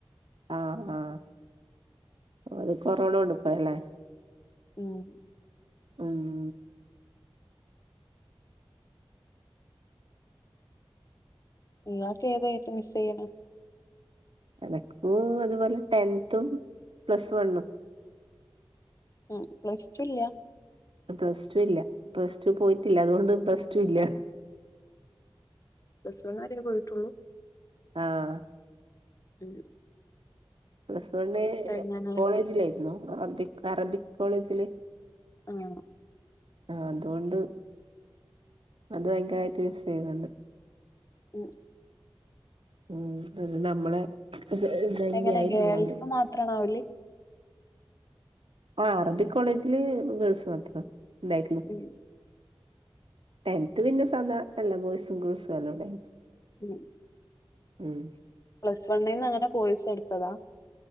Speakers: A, on the right; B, on the left.
A: ആഹ് ആഹ് ഓല് കൊറോണ കൊണ്ട് പോയല്ലേ?
B: ഉും
A: <unintelligible>
B: ഇങ്ങാക്ക് ഏതാ ഏറ്റോം മിസെയണേ.
A: എനക്കും അതുപോലെ ടെൻത്തും പ്ലസ് വണ്ണും.
B: ഉും പ്ലസ് ടു ല്ല്യ
A: പ്ലസ് ടു ഇല്ല, പ്ലസ് ടു പോയിട്ടില്ല, അതൊണ്ട് പ്ലസ് ടു ഇല്ല.
B: പ്ലസ് വൺ വരെ പോയിട്ടുള്ളൂ.
A: ആഹാ
B: ഹും.
A: പ്ലസ് വണ്ണ്
B: എങ്ങനെ
A: കോളേജിലായിരുന്നു അറബിക് അറബിക് കോളേജില്.
B: ആഹാ
A: ആ അതൊണ്ട് അത് ഭയങ്കരായിട്ട് മിസെയ്യുന്നുണ്ട്.
B: <unintelligible>
A: ഉം ഇത് നമ്മളെ തന്നെയായിരുന്നു
B: എങ്ങനെ ഗേൾസ്
A: അതും.
B: <unintelligible>
A: ആ അറബിക് കോളേജില് ഗേൾസ് മാത്രം ണ്ടായിട്ടുള്ളു.
B: ഉും
A: ടെൻത്ത് പിന്നെ സാദാ എല്ല ബോയ്സും ഗേൾസും അല്ലോടെനു
B: <inaudible>
A: ഉും മ്
B: പ്ലസ് വണ്ണിന്ന്ങ്ങനാ കോഴ്സ് എടുത്തതാ.